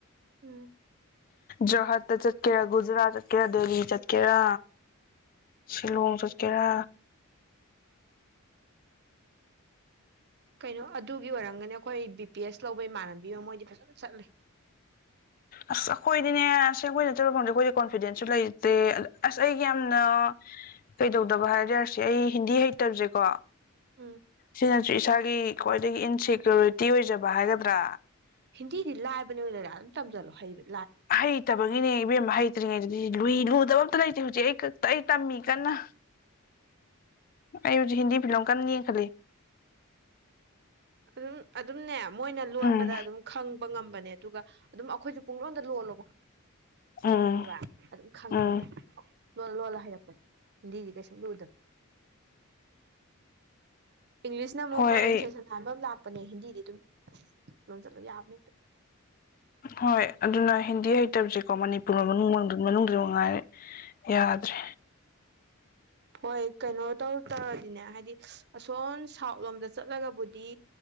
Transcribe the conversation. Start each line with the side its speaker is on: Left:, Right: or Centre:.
Right: ꯎꯝ
Left: ꯖꯔꯍꯥꯠꯇ ꯆꯠꯀꯦꯔꯥ ꯒꯨꯖꯔꯥꯠ ꯆꯠꯀꯦꯔꯥ ꯗꯦꯜꯍꯤ ꯆꯠꯀꯦꯔꯥ ꯁꯤꯂꯣꯡ ꯆꯠꯀꯦꯔꯥ
Right: ꯀꯩꯅꯣ ꯑꯗꯨꯒꯤ ꯑꯣꯏꯔꯝꯒꯅꯤ ꯑꯩꯈꯣꯏ ꯕꯤ ꯄꯤ ꯑꯦꯁ ꯂꯧꯕ ꯏꯃꯥꯟꯅꯕꯤ ꯑꯃ ꯃꯣꯏꯗꯤ ꯐꯖꯅ ꯆꯠꯂꯤꯦ
Left: ꯑꯁ ꯑꯩꯈꯣꯏꯗꯤꯅꯦ ꯑꯁ ꯑꯩꯈꯣꯏ ꯆꯠꯇꯠꯂꯗ ꯑꯩꯈꯣꯏꯗꯤꯅꯦ ꯀꯣꯟꯐꯤꯗꯦꯟꯁꯁꯨ ꯂꯩꯇꯦ ꯑꯁ ꯑꯩꯒꯤ ꯌꯥꯝꯅ ꯀꯩꯗꯧꯗꯕ ꯍꯥꯏꯖꯔꯗꯤ ꯑꯩ ꯍꯤꯟꯗꯤ ꯍꯩꯇꯕꯁꯦꯀꯣ
Right: ꯎꯝ
Left: ꯁꯤꯅꯁꯨ ꯏꯁꯥꯒꯤ ꯈ꯭ꯋꯥꯏꯗꯒꯤ ꯏꯟꯁꯦꯀ꯭ꯌꯨꯔꯤꯇꯤ ꯑꯣꯏꯖꯕ ꯍꯥꯏꯒꯗ꯭ꯔꯥ
Right: ꯍꯤꯟꯗꯤꯗꯤ ꯂꯥꯏꯕꯅꯦ ꯑꯣꯏꯅꯔꯥ ꯑꯗꯨꯝ ꯇꯝꯁꯤꯜꯂꯣ ꯍꯩꯕꯅꯦ
Left: ꯍꯩꯇꯕꯒꯤꯅꯦ ꯏꯕꯦꯝꯃ ꯍꯩꯇ꯭ꯔꯤꯉꯩꯗꯗꯤ ꯂꯨꯏ ꯂꯨ ꯗꯕ ꯑꯝꯇ ꯂꯩꯇꯦ ꯍꯧꯖꯤꯛ ꯑꯩ ꯀ ꯑꯩ ꯇꯝꯃꯤ ꯀꯟꯅ ꯑꯩ ꯍꯧꯖꯤꯛ ꯍꯤꯟꯗꯤ ꯐꯤꯂꯝ ꯀꯟꯅ ꯌꯦꯡꯈꯠꯂꯤ
Right: ꯑꯗꯨꯝ ꯑꯗꯨꯝꯅꯦ ꯃꯣꯏꯅ ꯂꯣꯟꯕꯗ
Left: ꯎꯝ
Right: ꯑꯗꯨꯝ ꯈꯪꯕ ꯉꯝꯕꯅꯦ ꯑꯗꯨꯒ ꯑꯗꯨꯝ ꯑꯩꯈꯣꯏꯁꯨ ꯄꯨꯡꯂꯣꯟꯗ ꯂꯣꯜꯂꯣꯕ
Left: ꯎꯝ
Right: ꯈꯪꯉꯕ ꯑꯗꯨꯝ ꯈꯪꯕꯅꯦ
Left: ꯎꯝ
Right: ꯂꫭꯜ ꯂꯣꯜꯂ ꯍꯩꯔꯛꯄꯅꯦ ꯍꯤꯟꯗꯤꯗꯤ ꯀꯩꯁꯨ ꯂꯨꯗꯝ ꯏꯪꯂꯤꯁ ꯅ ꯃꯨꯛ
Left: ꯍꯣꯏ
Right: ꯄ꯭ꯔꯅꯟꯁꯦꯁꯟ
Left: ꯑꯩ
Right: ꯂꯥꯛꯄꯅꯦ ꯍꯤꯟꯗꯤꯗꯤ ꯑꯗꯨꯝ ꯂꯣꯟꯖꯜꯂꫭ ꯌꯥꯕꯅꯦ ꯍꯦꯇ
Left: ꯍꯣꯏ ꯑꯗꯨꯅ ꯍꯤꯟꯗꯤ ꯍꯩꯇꯕꯁꯦꯀꯣ ꯃꯅꯤꯄꯨꯔꯅ ꯃꯅꯨꯡ ꯃꯅꯨꯡꯗ ꯃꯉꯥꯏꯔꯦ ꯌꯥꯗ꯭ꯔꯦ
Right: ꯍꯣꯏ ꯀꯩꯅꯣ ꯇꯧ ꯇꯧꯔꯗꯤꯅꯦ ꯍꯥꯏꯗꯤ ꯑꯁꯣꯝ ꯁꯥꯎꯠ ꯂꯣꯝꯗ ꯆꯠꯂꯒꯕꯨꯗꯤ